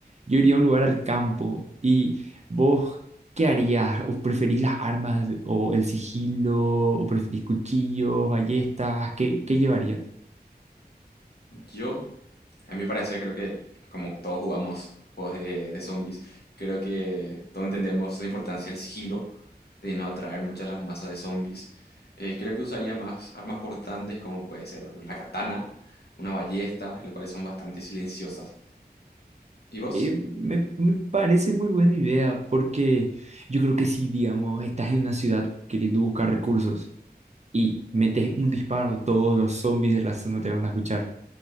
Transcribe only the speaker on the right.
Yo iría a un lugar al campo y vos, ¿qué harías? ¿O preferís las armas o el sigilo? ¿O preferís cuchillos, ballestas? ¿Qué, qué llevarías?
Eh, me, me parece muy buena idea porque yo creo que si, digamos, estás en una ciudad queriendo buscar recursos y metes un disparo, todos los zombies de la zona te van a escuchar.